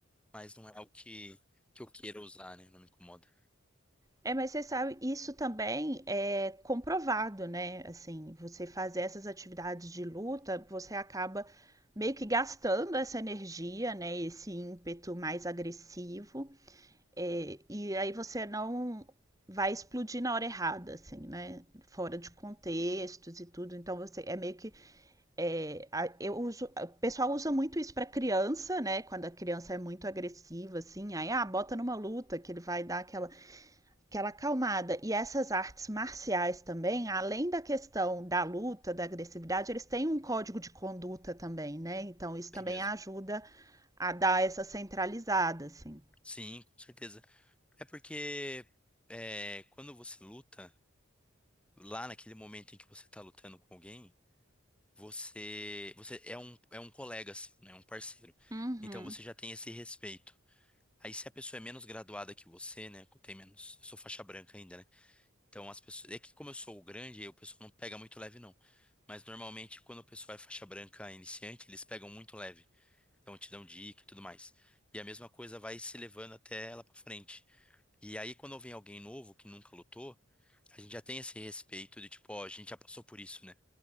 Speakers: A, in the centre; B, on the right.
A: mas não é algo que, que eu queira usar, né? Não me incomoda.
B: É, mas você sabe, isso também é comprovado, né? Assim, você fazer essas atividades de luta, você acaba meio que gastando essa energia, né? Esse ímpeto mais agressivo, é, e aí você não vai explodir na hora errada, assim, né? Fora de contextos e tudo. Então você é meio que é, a- eu uso, o pessoal usa muito isso para criança, né? Quando a criança é muito agressiva, assim, aí ah, bota numa luta que ele vai dar aquela aquela acalmada. E essas artes marciais também, além da questão da luta, da agressividade, eles têm um código de conduta também, né? Então isso
A: Bem
B: também
A: mesmo.
B: ajuda a dar essa centralizada, assim.
A: Sim, com certeza. É porque é, quando você luta, lá naquele momento em que você tá lutando com alguém, você, você é um, é um colega seu, né? Um parceiro.
B: Uhum,
A: Então você já tem esse respeito. Aí se a pessoa é menos graduada que você, né? Tem menos. Eu sou faixa branca ainda, né? Então as pessoas. É que como eu sou o grande, o pessoal não pega muito leve, não. Mas normalmente quando o pessoal é faixa branca iniciante, eles pegam muito leve. Então te dão dica e tudo mais. E a mesma coisa vai se levando até ela pra frente. E aí quando vem alguém novo que nunca lutou, a gente já tem esse respeito de tipo, ó, a gente já passou por isso, né?